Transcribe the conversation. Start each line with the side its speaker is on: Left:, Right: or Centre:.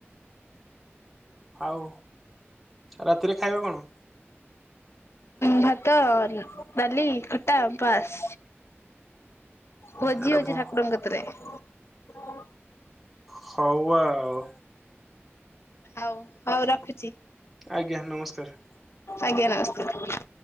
Centre: ଆଉ ରାତିରେ ଖାଇବ କ'ଣ?
Left: ଭାତ, ଡାଲି, ଖଟା, ପାସ୍। ଭୋଜି
Centre: ଏଟା
Left: ହଉଚି
Centre: ଭୋ
Left: ଠାକୁରଙ୍କ କତିରେ।
Centre: ହଉ ଆଉ।
Left: ଆଉ ହଉ ରଖୁଛି।
Centre: ଆଜ୍ଞା, ନମସ୍କାର।
Left: ଆଜ୍ଞା, ନମସ୍କାର।